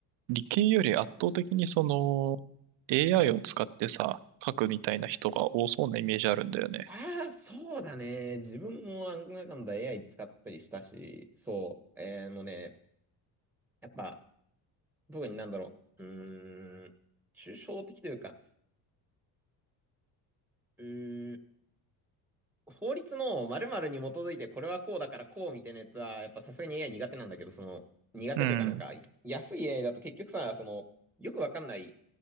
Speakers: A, on the right (about 65°); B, in the centre.
A: 理系より圧倒的にその AI を使ってさ、書くみたいな人が多そうなイメージあるんだよね。
B: ああ、そうだね。自分もなんだかんだ AI 使ったりしたし、そう。えーあのね、やっぱ、特になんだろう。うーん、抽象的というか、うー法律の〇〇に基づいてこれはこうだからこうみたいなやつは、やっぱさすがに AI 苦手なんだけど、その、苦手というかなんか、
A: うん、
B: 安い AI だと結局さ、その、よくわかんない